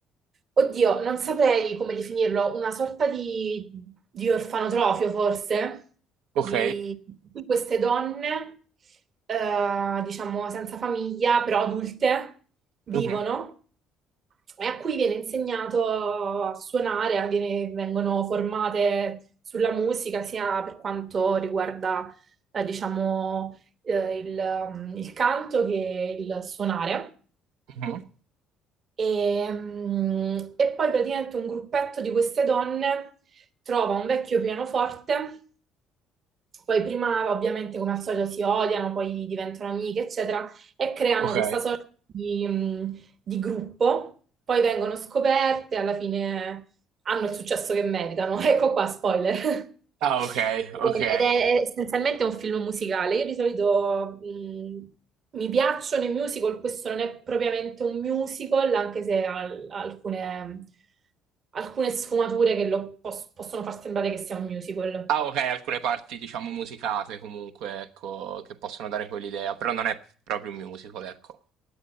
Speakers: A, on the right (about 35°); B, on the right (about 75°).
A: oddio, non saprei come definirlo, una sorta di, di orfanotrofio forse,
B: Ok.
A: di di queste donne, eh, diciamo senza famiglia, però adulte, vivono
B: Mhm.
A: e a cui viene insegnato a suonare, a- viene- vengono formate sulla musica, sia per quanto riguarda, eh, diciamo, eh, il, um, il canto che il suonare.
B: Mhm.
A: E, mm, e poi praticamente un gruppetto di queste donne trova un vecchio pianoforte poi prima ovviamente come al solito si odiano, poi diventano amiche, eccetera, e creano
B: Ok.
A: questa sorta di, mh, di gruppo, poi vengono scoperte, alla fine hanno il successo che meritano. <laughs> Ecco qua, spoiler.
B: Ah,
A: <laughs>
B: ok, ok.
A: Ed è essenzialmente un film musicale. Io di solito mh, mi piacciono i musical, questo non è propriamente un musical, anche se ha l- alcune, alcune sfumature che lo pos- possono far sembrare che sia un musical.
B: Ah, ok, alcune parti, diciamo, musicate comunque, ecco, che possono dare quell'idea, però non è proprio un musical, ecco.